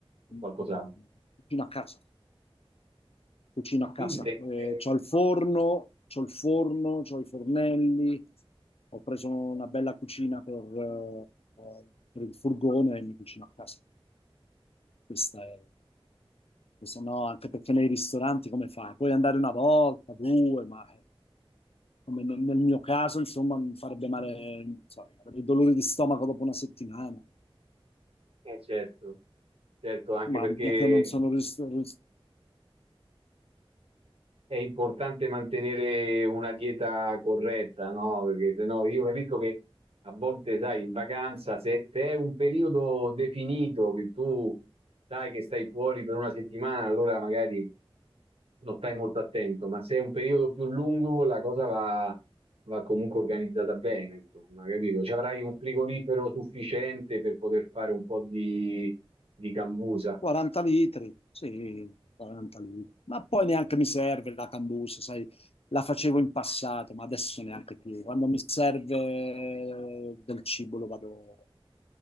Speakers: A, on the left; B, on the right.
A: no,
B: qualcos'altro?
A: no, cucino a casa, cucino a casa.
B: Quindi te,
A: Eh,
B: eh,
A: c'ho il forno, c'ho il forno, c'ho i fornelli, ho preso una bella cucina per, eh, per il furgone e mi cucino a casa. Questa è, questa no, anche perché nei ristoranti come fai? Puoi andare una volta, due, ma... eh, come nel, nel mio caso, insomma, mi farebbe male, non so, avrei dolori di stomaco dopo una settimana.
B: eh, certo, certo, anche
A: Mamma
B: perché
A: che non sono ris- ris-
B: È importante mantenere una dieta corretta, no? Perché se no io capisco che a volte, sai, in vacanza, se, se è un periodo definito che tu sai che stai fuori per una settimana, allora magari non stai molto attento, ma se è un periodo più lungo, la cosa va, va comunque organizzata bene, insomma, capito? Ci avrai un frigorifero sufficiente per poter fare un po' di, di cambusa.
A: 40 litri, sì, 40 litri. Ma poi neanche mi serve la cambusa, sai, la facevo in passato, ma adesso neanche più. Quando mi serve del cibo lo vado